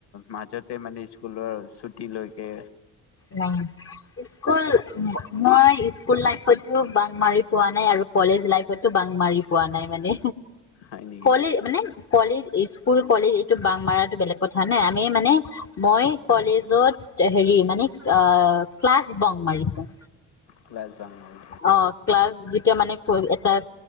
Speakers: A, on the left; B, on the left.
A: মাজতে মানে স্কুলৰ ছুটী লৈকে?
B: ন স্কুল মই স্কুল লাইফতো বাং মাৰি পোৱা নাই আৰু। কলেজ লাইফতটো বাং মাৰি পোৱা নাই মানে?
A: হয় নেকি?
B: কলেজ মানে কলেজ স্কুল কলেজ এইটো বাংমাৰা। বেলেগ কথা নে। মানে মই কলেজত হেৰি মানে? অঁ ক্লাছ বং মাৰিছো?
A: ক্লাছ বাং হ'ল
B: অঁ ক্লাছ যেতিয়া মানে? তাৰ